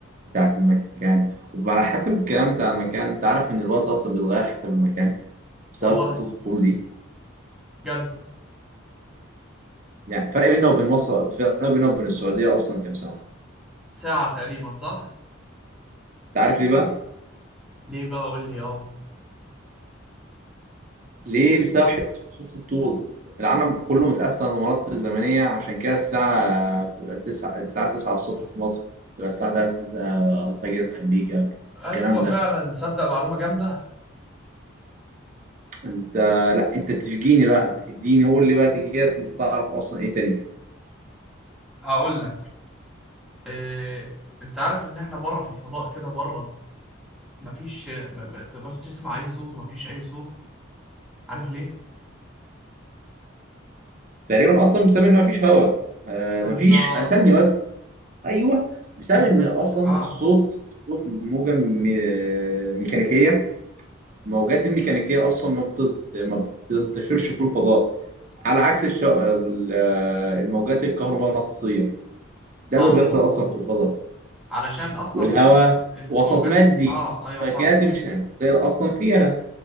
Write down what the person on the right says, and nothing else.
بتاعة المكان وعلى حسب الكلام بتاع المكان انت عارف ان الوقت اصلا بيتغير حسب المكان بسبب
خطوط الطول دي
يعني فرق بيننا وبين مصر فرق بيننا وبين السعودية اصلا كام سنة
انت عارف ليه بقى؟
ليه بسبب حته خطوط الطول العالم كله متقسم لمناطق زمنيه عشان كده الساعه بتبقى تسعة الساعه 9 الصبح في مصر بتبقى الساعه 3 الفجر في امريكا
الكلام ده
انت لا انت تشجيني بقى اديني قول لي بقى كده انت تعرف اصلا ايه تاني
تقريبا اصلا بسبب ان مفيش هواء آه
مفيش آه، ثانيه بس ايوه بسبب
ان اصلا
الصوت الصوت موجه م- ميكانيكيه الموجات الميكانيكيه اصلا ما بتت... ما بتنتشرش في الفضاء على عكس الش... ال- الموجات الكهرومغناطيسية
ده اللي بيحصل
أصلا في الفضاء
والهواء
وسط مادي
فكانت
مش هتطير أصلا فيها